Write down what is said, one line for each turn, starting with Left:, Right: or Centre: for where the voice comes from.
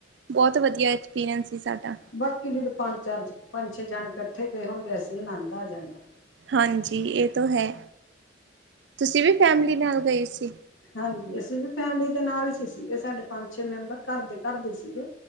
Right: ਬਹੁਤ ਵਧੀਆ ਐਕਸਪੀਰੀਅੰਸ ਸੀ ਸਾਡਾ
Left: ਬਾਕੀ ਫਿਰ ਪੰਜ ਚਾਰ ਪੰਜ ਛੇ ਜਣੇ ਇਕੱਠੇ ਗਏ ਹੁਣ ਵੈਸੇ ਆਨੰਦ ਆ ਜਾਂਦਾ।
Right: ਹਾਂਜੀ ਇਹ ਤੋਂ ਹੈ ਤੁਸੀਂ ਵੀ ਫੈਮਿਲੀ ਨਾਲ ਗਏ ਸੀ।
Left: ਹਾਂਜੀ ਅਸੀਂ ਵੀ ਫੈਮਿਲੀ ਦੇ ਨਾਲ ਹੀ ਸੀ ਸੀਗੇ ਸਾਡੇ ਪੰਜ ਛੇ ਮੈਂਬਰ ਘਰ ਦੇ ਘਰ ਦੇ ਸੀਗੇ।